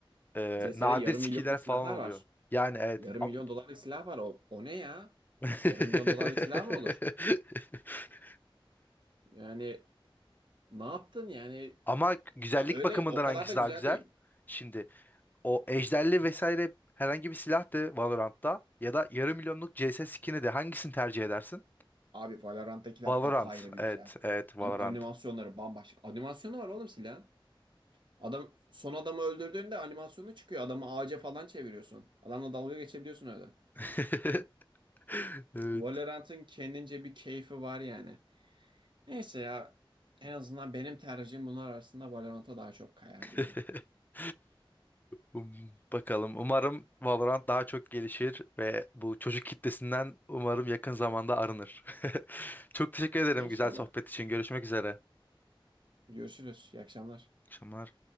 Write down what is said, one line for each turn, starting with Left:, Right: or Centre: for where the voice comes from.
Left: e,
Right: CS'de
Left: nadir
Right: yarım
Left: skinler
Right: milyonluk
Left: falan
Right: silahlar
Left: oluyor.
Right: var.
Left: Yani evet.
Right: Yarım
Left: am-
Right: milyon dolarlık silah var. O, o ne ya?
Left: <laughs>
Right: Yarım milyon dolarlık silah mı olur? Yani ne yaptın yani?
Left: Ama güzellik
Right: A- Öyle
Left: bakımından
Right: o kadar
Left: hangisi
Right: da güzel
Left: daha güzel?
Right: değil.
Left: Şimdi o ejderli vesaire herhangi bir silah de Valorant'ta ya da yarım milyonluk CS skin'i de hangisini tercih edersin?
Right: Abi Valorant'takiler
Left: Valorant.
Right: apayrı bir
Left: Evet,
Right: güzel.
Left: evet Valorant.
Right: An- animasyonları bambaşka. Animasyonu var oğlum silahın. Adam son adamı öldürdüğünde animasyonu çıkıyor. Adamı ağaca falan çeviriyorsun. Adamla dalga geçebiliyorsun öyle.
Left: <laughs> Evet.
Right: Valorant'ın kendince bir keyfi var yani. Neyse ya en azından benim tercihim bunlar arasında Valorant'a daha çok kayar
Left: <laughs>
Right: diyelim.
Left: Um, Bakalım. Umarım Valorant daha çok gelişir ve bu çocuk kitlesinden umarım yakın zamanda arınır. <laughs> Çok teşekkür ederim
Right: İnşallah.
Left: güzel sohbet için. Görüşmek üzere.
Right: Görüşürüz. İyi akşamlar.
Left: İyi akşamlar.